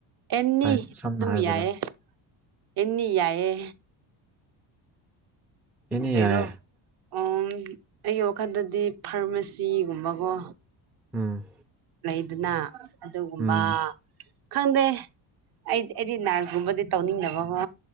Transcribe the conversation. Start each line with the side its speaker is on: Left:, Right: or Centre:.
Right: ꯑꯦꯅꯤ
Centre: ꯍꯥꯏ ꯁꯝꯅ
Right: ꯑꯗꯨꯝ
Centre: ꯍꯥꯏꯔꯕꯗ
Right: ꯌꯥꯏꯌꯦ ꯑꯦꯅꯤ ꯌꯥꯏꯌꯦ
Centre: ꯑꯦꯅꯤ
Right: ꯀꯩꯗꯣ
Centre: ꯌꯥꯏꯌꯦ
Right: ꯎꯝ ꯑꯩꯒꯤ ꯋꯥꯈꯟꯗꯗꯤ ꯐꯥꯔꯃꯥꯁꯤꯒꯨꯝꯕꯀꯣ
Centre: ꯎꯝ
Right: ꯂꯩꯗꯅ ꯑꯗꯨꯒꯨꯝꯕ
Centre: ꯎꯝ
Right: ꯈꯪꯗꯦ ꯑꯩ ꯑꯩꯗꯤ ꯅꯔꯁꯀꯨꯝꯕꯗꯤ ꯇꯧꯅꯤꯡꯗꯕꯀꯣ